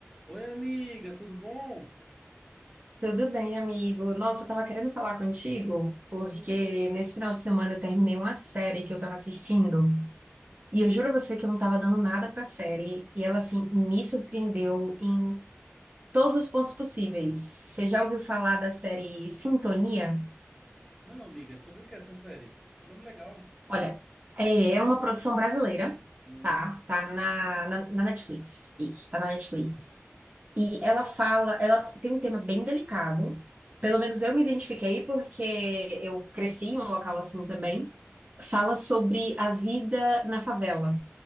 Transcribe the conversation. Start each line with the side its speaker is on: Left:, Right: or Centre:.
Centre: Oi, amiga, tudo bom?
Right: Tudo bem, amigo. Nossa, eu tava querendo falar contigo, porque
Centre: Hum,
Right: nesse final de semana eu terminei uma série que eu tava assistindo, e eu juro a você que eu não tava dando nada pra série, e ela, assim, me surpreendeu em todos os pontos possíveis. Você já ouviu falar da série Sintonia?
Centre: não, amiga, sobre o que é essa série? Nome legal.
Right: Olha, é é uma produção brasileira,
Centre: Hum,
Right: tá? Tá na, na, na Netflix. Isso, tá na Netflix. E ela fala, ela tem um tema bem delicado, pelo menos eu me identifiquei porque eu cresci em um local assim também. fala sobre a vida na favela.